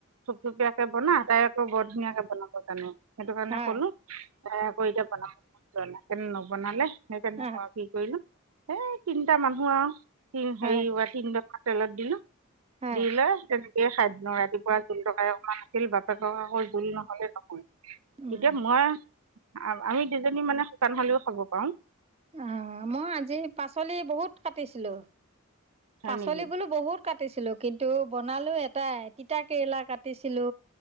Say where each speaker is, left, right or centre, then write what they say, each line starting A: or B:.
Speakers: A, on the right; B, on the right.
A: থুপথুপিয়াকে বনা তাই আকৌ বৰ ধুনীয়াকে বনাব জানে সেইটো কাৰণে,
B: হয়
A: ক'লো তাইৰ আকৌ এতিয়া বনাব মন যোৱা নাই, সেইকাৰণে নবনালে সেইকাৰণে
B: হয়
A: মই কি কৰিলো। এই তিনিটা মানুহ আৰু
B: হয়
A: হেৰি উৱা তিনি ডোখৰ তেলত দিলো।
B: হয়
A: দি লৈ তেনেকেয়ে খাই দিলো, ৰাতিপুৱা জোল তৰকাৰি অকণমান আছিল, বাপেক কক আকৌ জোল নহলে নহয়,
B: উম
A: এতিয়া মই আ-আমি দুজনী মানে শুকান হ'লেও খাব পাৰো।
B: অ', মই আজি পাচলি বহুত কাটিছিলো। পাচলি
A: নেকি
B: বোলো বহুত কাটিছিলো, কিন্তু বনালো এটাই তিতা কেৰেলা কাটিছিলো।